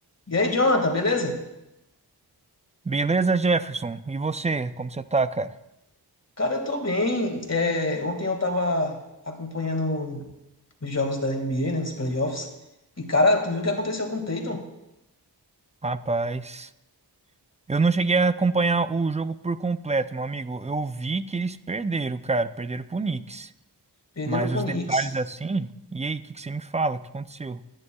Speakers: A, on the left (about 40°); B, on the right (about 15°).
A: E aí, Jonathan, beleza?
B: Beleza, Jefferson? E você, como você tá, cara?
A: Cara, eu tô bem. É, ontem eu tava acompanhando os jogos da NBA, né, dos playoffs. E, cara, tu viu o que aconteceu com o Tatum?
B: Rapaz, eu não cheguei a acompanhar o jogo por completo, meu amigo. Eu vi que eles perderam, cara, perderam pro Knicks.
A: Perderam
B: Mas
A: pro
B: os
A: Knicks.
B: detalhes assim, e aí, o que que você me fala? O que aconteceu?